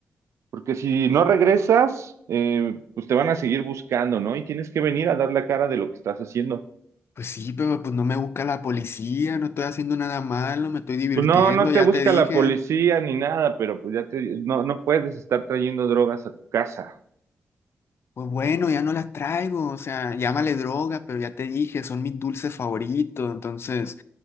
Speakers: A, on the right (about 80°); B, on the left (about 60°).
A: Porque si no regresas, eh, pues te van a seguir buscando, ¿no? Y tienes que venir a dar la cara de lo que estás haciendo.
B: pues sí, pero pues no me busca la policía, no estoy haciendo nada malo, me estoy divirtiendo,
A: Pues no, no
B: ya
A: te busca
B: te dije.
A: la policía ni nada, pero pues ya te, no, no puedes estar trayendo drogas a tu casa.
B: Pues bueno, ya no las traigo, o sea, llámale droga, pero ya te dije, son mis dulces favoritos. Entonces,